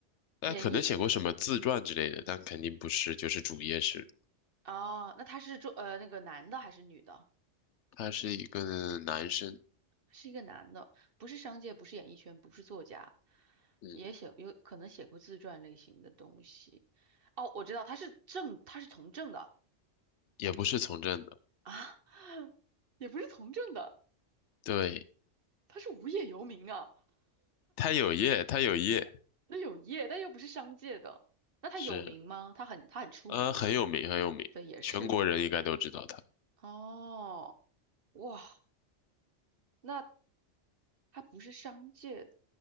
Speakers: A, on the right; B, on the left.
A: 演艺。
B: 但可能写过什么自传之类的，但肯定不是，就是主业是，
A: 哦，那他是做呃那个男的还是女的？
B: 他是一个男生，
A: 是一个男的，不是商界，不是演艺圈，不是作家，
B: 嗯，
A: 也写有可能写过自传类型的东西。哦，我知道他是政，他是从政的
B: 也不是从政的，
A: 啊，<laughs> 也不是从政的，
B: 对，
A: 他是无业游民啊，
B: 他有业，他有业，
A: <laughs> 那有业，但又不是商界的。那他有名吗？
B: 是，
A: 他很他很出名吗？
B: 呃，很有名，很有名，
A: 对，也是。
B: 全国人应该都知道他，
A: 哦，哇，那他不是商界，